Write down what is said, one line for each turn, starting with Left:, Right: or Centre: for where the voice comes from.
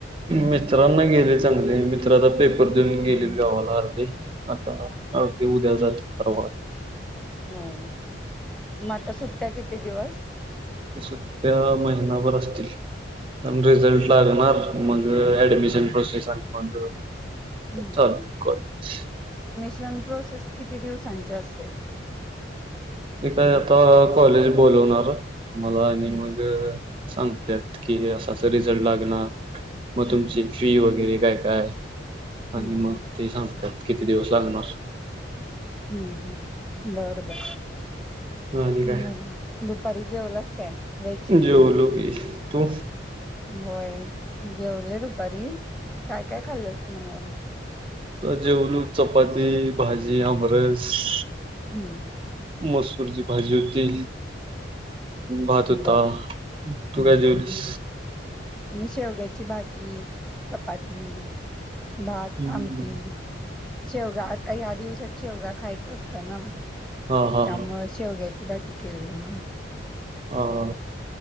Right: मित्रांना गेले चांगले. मित्राचा पेपर देऊन गेलेत गावाला अर्धे. आता अगदी उद्या जाते. परवा.
Centre: होय. म आता सुट्टया किती दिवस?
Right: सुट्ट्या महिनाभर असतील. अन रिझल्ट लागणार. मग ऍडमिशन प्रोसेस आली मग
Centre: हम्म
Right: सावकाश
Centre: <unintelligible> प्रोसेस किती दिवसांची असते?
Right: ते काय आता कॉलेज बोलवणार. आम्हाला आणि
Centre: हम्म
Right: मग सांगत्यात की असं अस रिझल्ट लागणार. म
Centre: हम्म
Right: तुमची फी वगैरे काय? काय
Centre: हम्म.
Right: आणि मग ते सांगत्यात. किती दिवस लागणार.
Centre: हम्म हम्म बरं बर.
Right: आणि काय
Centre: मग दुपारी जेवलास काय वेज?
Right: जेवलो की तू?
Centre: होय. जेवले दुपारी. काय काय खाल्लंस तू <unintelligible>
Right: अ जेवलो चपाती, भाजी आम <unintelligible>
Centre: हम्म
Right: मस् <unintelligible> भाजी होती. भात होता.
Centre: बरं
Right: तू
Centre: हम्म
Right: काय जेवलीस?
Centre: हम्म मी शेवग्याची भाजी, चपाती. भात,
Right: हम्म.
Centre: आमटी. शेवगा आता ह्या दिवसात शेवगा खायचा <unintelligible> <unintelligible> त्यामुळं
Right: हा हा
Centre: शेवग्या भाजी केली येऊन
Right: हा हा